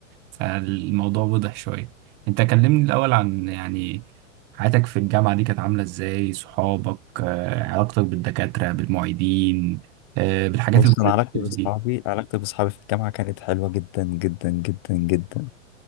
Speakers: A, on the right; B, on the left.
A: فالموضوع وضح شويه انت كلمني الاول عن يعني حياتك في الجامعه دي كانت عامله ازاي صحابك آه، علاقتك بالدكاتره بالمعيدين آه، بالحاجات
B: بص
A: الفولنتيرز
B: انا علاقتي باصحابي
A: دي
B: علاقتي باصحابي في الجامعه كانت حلوه جدا جدا جدا جدا